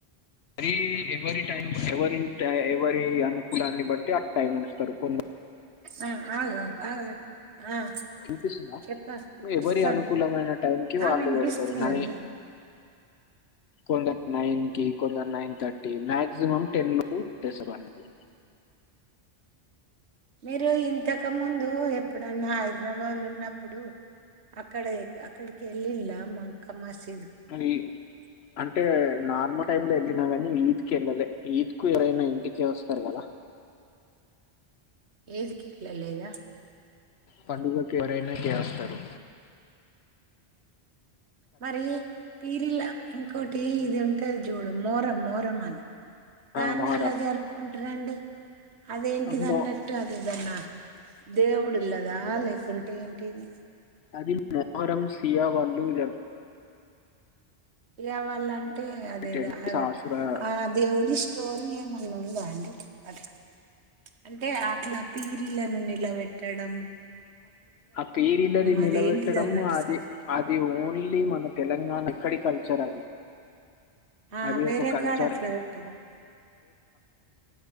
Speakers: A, on the left; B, on the right.
A: అది ఎవరి టైం ఎవరి టైం ఎవరి ఎవరి అనుకూలాన్ని బట్టి ఆ టైం ఇస్తరు కొన్
B: ఆ ఆగు ఆగు ఆగు ఆ
A: వినిపిస్తుందా
B: చెప్ప
A: ఎవరి
B: చెప్పండి
A: అనుకూలమైన టైంకిి
B: ఆ
A: వాళ్ళు
B: వినిపిస్తుందండి
A: పెడతరు నాది కొంద నైన్ కి కొందర్ nine thirty max maximum ten లోపు చేస్తామండి
B: మీరు ఇంతక ముందు ఎప్పుడన్నా ఆయిదు <unintelligible> ఉన్నా అప్పుడు అక్కడ ఏ అక్కడికెళ్లిళ్ల మక్కా మసి
A: కని అంటే నార్మల్ టైం లో వెళ్ళినా కానీ ఈద్ కు వెళ్ళే ఈద్ కు ఎవరైనా ఇంటికే వస్తరు కదా
B: ఈద్ కేల్లలేదా
A: పండుగకు ఎవరైనా ఇటే వస్తరు
B: మరి పీరిలా ఇంకోటి ఇది ఉంటది జూడు మోరం మోరం అని
A: ఆ,
B: దాన్ని
A: మొహరం
B: ఎలా జరుపుకుం ట్రండి అదేంటిది
A: అమ్మో
B: అన్నట్టు అదేదన్న దేవుడుల్లదా లేకుంటే ఏంటిది
A: అది మోహరం సియా వాళ్ళు జర్
B: సియా వాళ్ళం టే అదేదా
A: టెన్ డేస్ ఆశురా
B: ఆ దేవుడి స్టోరి ఏమన్న ఉందా అండి అట్ల అంటే అట్లా పీరిలను నిలవెట్టడం
A: ఆ పీరిలని నిలబెట్టడం
B: అదేంటిది అన్నట్టు
A: అది
B: సార్
A: అది ఓన్లీ మన తెలంగాణ ఇక్కడి కల్ చరగి
B: ఆ
A: అది
B: వేరే
A: ఒక కల్చర్
B: కాడ అట్లా పెట్టారా